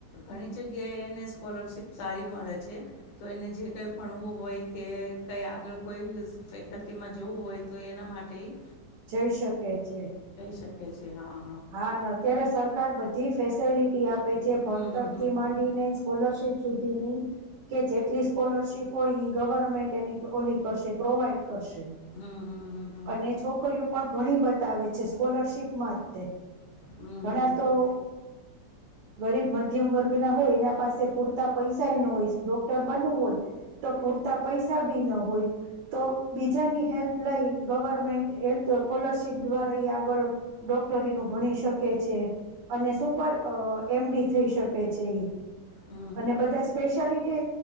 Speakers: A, on the left (about 80°); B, on the right (about 75°).
A: ઘણી જગ્યાએ એને સ્કોલરશિપ સારી મળે છે, તો એને જે કંઈ ભણવું હોય કે કંઈ આગળ કોઈ ફેકલ્ટીમાં જોવું હોય તો એના માટે ઈ
B: જઈ શકે છે
A: શકે છે હા
B: હા અત્યારે સરકાર બધ તી ફેસેલિટી આપ. છે ભણતરથી
A: હમ હમ હમ હમ
B: માંડીને સ્કોલરશીપ સુધીની કે જેટલી સ્કોલરશીપ હોય એ ગવર્મેન્ટ એની ઓલી કરશે પ્રોવાઈડ કરશે
A: હમ હમ હમ હમ
B: અને છોક. ભણી બતાવે છે સ્કોલરશીપ માં જ તે.
A: હમ હમ
B: ઘણા તો ગરીબ મધ્યમ વર્ગ ના હોય એના પાસે પૂરતા પૈસા ઈ ન હોય ડોક્ટર બનવું હોય તો પૂરતા પૈસા બી ના હોય. તો બીજાની હેલ્પ લઈ ગવર્મેન્ટ હેલ્થ સ્કોલરશીપ દ્વારા એ આગળ ડૉક્ટરીનું ભણી શકે છે અને સુપર અ એમ ડી થઈ શકે છે ઈ.
A: હમ
B: અને બધા સ્પેશિયાલિ તો